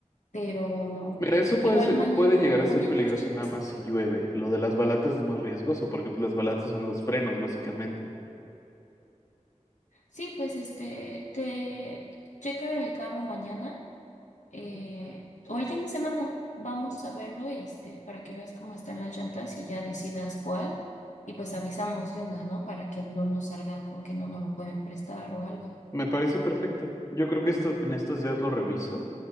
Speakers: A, on the left (about 80°); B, on the left (about 25°).
A: pero
B: Mira, eso puede
A: igual
B: ser-
A: mañana,
B: puede llegar a
A: mañana
B: ser peligroso
A: las checas.
B: nada más si llueve. Lo de las balatas es más riesgoso porque pues, las balatas son los frenos, básicamente.
A: Sí, pues este, te checa el carro mañana eh, o el fin de semana vamos a verlo, este, para que veas cómo están las llantas y ya decidas cuál. Y pues avisamos de una, ¿no? Para que no nos salgan con que no nos lo pueden prestar o algo.
B: Me parece perfecto. Yo creo que esto en estos días lo reviso.